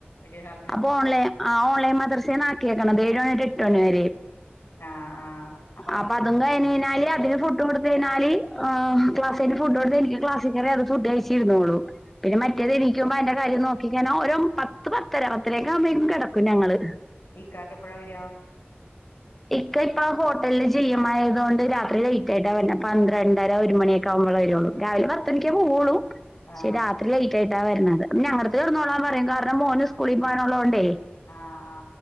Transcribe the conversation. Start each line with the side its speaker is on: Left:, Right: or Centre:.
Left: ഒരു ഹാപ്പിനസ്
Centre: അപ്പൊ ഓൺലൈൻ ആ ഓൺലൈൻ മദ്രസേണ് ആക്കിയേക്ക്ണത് ഏഴ് മണി ടു എട്ട് മണി വരെ
Left: ആഹ് ആഹ് അപ്പൊ
Centre: അപ്പതന്നെ കഴിഞ്ഞഴിഞ്ഞാൽ അതിനു ഫുഡും കൊടുത്ത് കഴിഞ്ഞാൽ ക്ലാസ്സി ഫുഡ് കൊണ്ട് എനിക്ക് ക്ലാസ്സിൽ കയറി അത് ഫുഡ് കഴിച് ച്ചിരിന്നുകോളൂ പിന്നെ മറ്റേത്
Left: ഇക്ക-
Centre: എണീക്കുമ്പോ അതിന്റെ കാര്യം നോക്കിക്കഴിന ഒരു ഒ പത്ത് ത്ത് പത്തര പത്തരൊക്കെ ആകുമ്പഴക്കും കിടക്കും ഞങ്ങള്
Left: ഇക്കാക്ക എപ്പഴാ വരിക
Centre: ഇക്ക ഇപ്പൊ ഹോട്ടലില് ജി എം ആയതോണ്ട് രാത്രി ലേറ്റ് ആയിട്ടാ വര്ണെ പന്ത്രണ്ടര ഒരു മണിയൊക്കെ ആകുമ്പോഴെ വരുള്ളൂ രാവിലെ പത്തണിക്കെ പോവുള്ളു
Left: ആഹ്
Centre: ക്ഷേ രാത് ത്രി ലേറ്റ് ആയിട്ടാ വരുന്നത് ഞങ്ങട്ത്ത് കെട്ന്നോളാൻ പറയും കാരണം മോന് സ്കൂളിൽ പോകാനുള്ളോണ്ടേ
Left: ആഹ് ആ